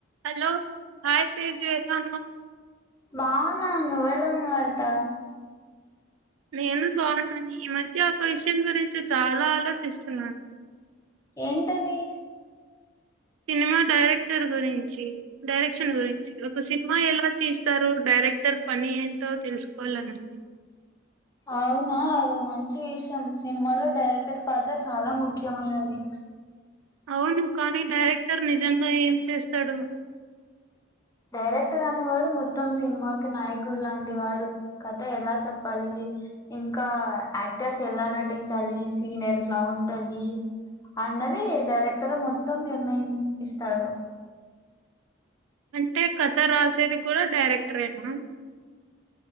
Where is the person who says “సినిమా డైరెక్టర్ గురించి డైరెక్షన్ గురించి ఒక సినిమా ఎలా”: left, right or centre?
Right